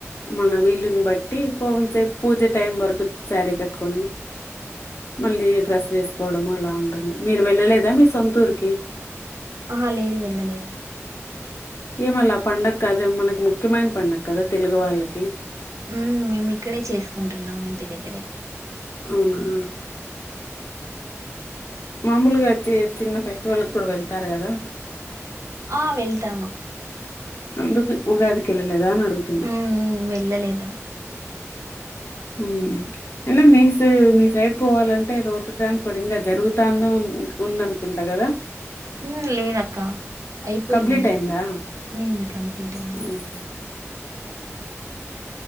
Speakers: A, on the left (about 55°); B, on the right (about 80°).
A: మన వీలుని బట్టి కొన్సేపు పూజ టైం వరకు సారీ కట్టుకొని మళ్ళీ డ్రస్ వేసుకోవడము అలా ఉంటుంది మీరు వెళ్ళలేదా మీ సొంతూర్కి?
B: ఆహా లేదు వెళ్ళలేదు.
A: ఏం అలా పండగ కదా అది మనకి ముఖ్యమైన పండగ కదా తెలుగు వాళ్ళకి.
B: హుమ్ మేము ఇక్కడే చేసుకుంటున్నాం ఇంటి దగ్గరె
A: అవునా ఆహ్ మామూలుగైతే చిన్న ఫెస్టివల్ కూడా వెళ్తారు కదా
B: ఆ వెళ్తాము
A: అందుకు ఉగాదికి వెళ్లలే లేదా అడుగుతున్నా
B: మ్మ్ వెళ్ళలేదు
A: హు ఎందుకు మీ సె మీ సైడ్ పోవాలంటే, రోడ్డు ట్రాన్స్పోర్ట్ ఇంకా జరుగుతాంద ఉందనుకుంటా కదా
B: హు లేదక్క అయిపోయింది
A: కంప్లీట్ అయిందా?
B: హు కంప్లీట్ అయింది
A: హ్మ్.